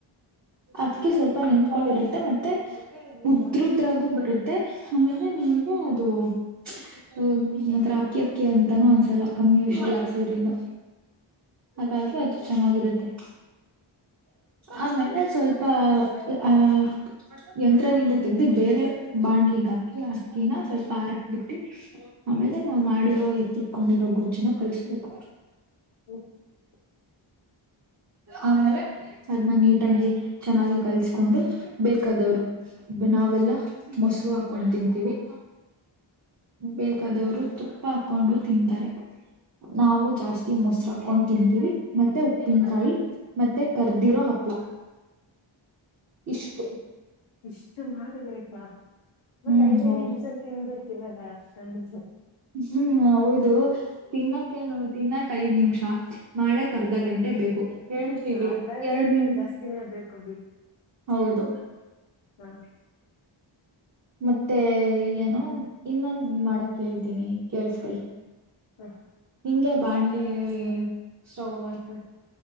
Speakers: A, on the right; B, on the left.
A: ಅಕ್ಕಿ ಸ್ವಲ್ಪ ನಿನ್ತ್ಕೊಂಡಿರುತ್ತೆ ಮತ್ತೆ. ಉದ್ರದ್ರಾಗು ಬರುತ್ತೆ ಆಮೇಲೆ ನಿಮ್ಗೆ ಅದು ಹ ನಂತರ ಅಕ್ಕಿ ಅಕ್ಕಿ ಅಂತಾನೂ ಅನ್ಸಲ್ಲ ಕಮ್ಮೂಷಲ್ ಹಾಸೋದ್ರಿಂದ ಹಾಗಾಗಿ ಅದು ಚೆನ್ನಾಗಿರುತ್ತೆ. ಆಮೇಲೆ ಸ್ವಲ್ಪ ಆಹ ಯಂತ್ರದಿಂದ ತೆಗೆದು ಬೇರೆ ಬಾಣ್ಲಿಗ್ ಹಾಕಿ ಅಕ್ಕಿನ ಸ್ವಲ್ಪ ಹರಾಕ್ ಬಿಟ್ಟಿ ಆಮೇಲೆ ನಾವ್ ಮಾಡಿರೋ ಎತ್ತಿಟ್ಕೊಂಡಿರೋ ಗೊಜ್ದು ಚೆನ್ನಾಗಿ ಕಳಿಸ್ಬೇಕು
B: <unintelligible>
A: ಆಮೇಲೆ ಅದ್ನ ನೀಟಾಗಿ ಚೆನ್ನಾಗಿ ಕಲ್ಸ್ಕೊಂಡು ಬೇಕಾದವರು ನಾವೆಲ್ಲಾ ಮೊಸರು ಹಾಕೊಂಡ್ ತಿಂತೀವಿ. ಬೇಕಾದವರು ತುಪ್ಪ ಹಾಕೊಂಡು ತಿಂತಾರೆ. ನಾವು ಜಾಸ್ತಿ ಮೊಸರು ಹಾಕೊಂಡ್ ತಿಂತೀವಿ ಮತ್ತೆ ಉಪ್ಪಿನಕಾಯಿ ಮತ್ತೆ ಕರ್ದಿರೋ ಹಪ್ಳ. ಇಷ್ಟು
B: ಇಷ್ಟು ಮಾಡ್ಬೇಕಾ ಮತ್ತೆ
A: ಹ್ಮ್
B: ಐದೈ
A: ಹೌದು
B: ನಿಮಿಷ ತಿನ್ಬಿಡ್ತೀವಲ್ಲ ನ
A: ಹ್ಮ್ ಹೌದು ತಿನ್ನಕ್ಕೇನು ತಿನ್ನಕ್ ಐದ್ ನಿಮಿಷ. ಮಾಡಕ್ ಅರ್ಧ ಗಂಟೆ ಬೇಕು ಹೇಳ್ತೀವಿ
B: ಅರ್ಧ ಗಂಟೆಗಿಂತ
A: ಎರಡ್ ನಿಮ್
B: ಜಾಸ್ತಿನೇ ಬೇಕು
A: ಹೌದು
B: ಹಾ
A: ಮತ್ತೆ ಏನೋ ಇನ್ನೊಂದ ಮಾಡಕ್ ಹೇಳ್ತೀನಿ ಕೇಳ್ಸ್ಕೊಳ್ಳಿ.
B: ಹ
A: ಹಿಂಗೆ ಬಾಣ್ಲೆ ಸ್ಟೋವನ್
B: ಹ